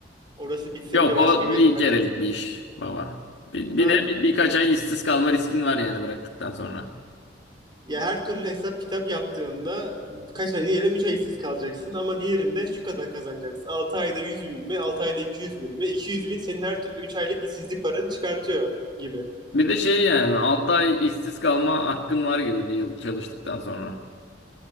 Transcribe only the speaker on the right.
orası bitse
bile başka
bir
yer.
Ha.
Ya her türlü hesap kitap yaptığında kaç ay diyelim 3 ay işsiz kalacaksın ama diğerinde şu kadar kazanacaksın. Altı ayda yüz bin mi? altı ayda iki yüz bin mi? iki yüz bin senin her türlü 3 aylık işsizlik paranı çıkartıyor gibi.